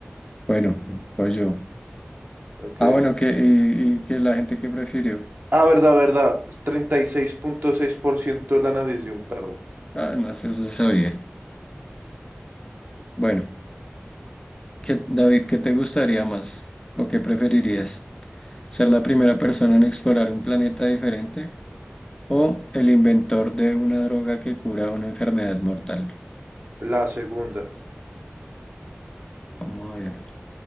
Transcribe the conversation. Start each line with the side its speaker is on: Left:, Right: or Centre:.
Left: Bueno, pues yo.
Right: Ok.
Left: Ah, bueno, que, y, y que la gente que prefirió.
Right: Ah, verdad, verdad. Treinta y seis seis punto seis por ciento la nariz de un perro.
Left: Ah, no sé, eso se sabía. Bueno, ¿qué- David, ¿qué te gustaría más? ¿O qué preferirías? ¿Ser la primera persona en explorar un planeta diferente? O el inventor de una droga que cura una enfermedad mortal.
Right: La segunda.
Left: Vamos a ver.